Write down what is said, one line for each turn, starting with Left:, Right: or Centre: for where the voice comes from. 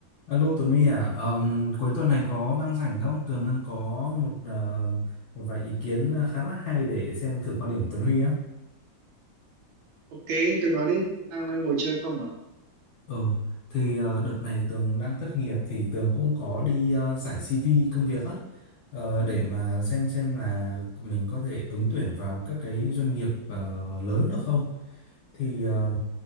Left: Alo Tuấn Huy à, Ờm, cuối tuần này có đang rảnh không? Tường đang có một ờ, một vài ý kiến khá là hay để xem thử quan điểm Tuấn Huy á.
Right: Ok, tôi nói đi, đang ờ, ngồi chơi không à?
Left: Ừ, thì ờ, đợt này Tường đang thất nghiệp thì Tường cũng có đi ờ, giải CV công việc á ờ, để mà xem xem là mình có thể ứng tuyển vào các cái doanh nghiệp ờ, lớn được không. Thì ờ,